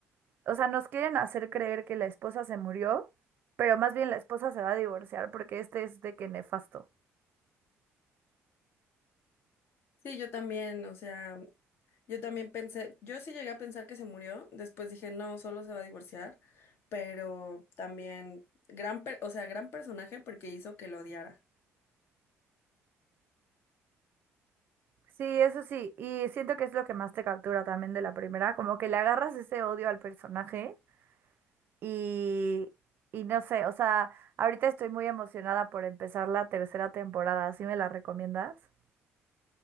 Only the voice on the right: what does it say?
o sea, nos quieren hacer creer que la esposa se murió, pero más bien la esposa se va a divorciar porque este es de que nefasto.
Sí, eso sí, y siento que es lo que más te captura también de la primera, como que le agarras ese odio al personaje Y, y no sé, o sea, ahorita estoy muy emocionada por empezar la tercera temporada. ¿Sí me la recomiendas?